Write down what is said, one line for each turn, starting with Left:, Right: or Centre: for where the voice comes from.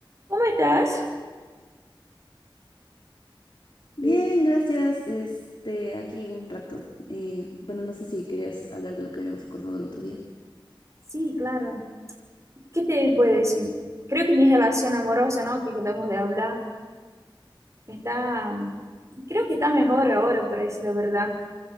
Right: ¿Cómo estás?
Left: Bien,
Right: Bien,
Left: gracias. Este, aquí un rato. Eh, bueno, no sé si querías hablar de lo que habíamos acordado el otro día.
Right: sí, claro. ¿Qué te voy a decir? Creo que mi relación amorosa, ¿no? Que quedamos de hablar, está, creo que está mejor ahora, para decir la verdad,